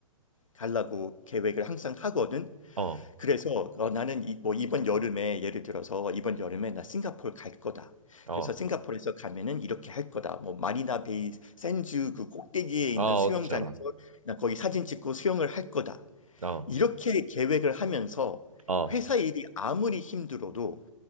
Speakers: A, on the left; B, on the right.
A: 가려고 계획을 항상 하거든.
B: 어.
A: 그래서 어, 나는 이, 뭐 이번 여름에 예를 들어서 이번 여름에 나 싱가포르 갈 거다.
B: 어.
A: 그래서 싱가포르에서 가면은 이렇게 할 거다. 뭐 마리나 베이 샌즈 그 꼭대기에 있는
B: 아
A: 수영장에서
B: 어딘지 알아.
A: 나 거기 사진 찍고 수영을 할 거다.
B: 어.
A: 이렇게 계획을 하면서
B: 어.
A: 회사 일이 아무리 힘들어도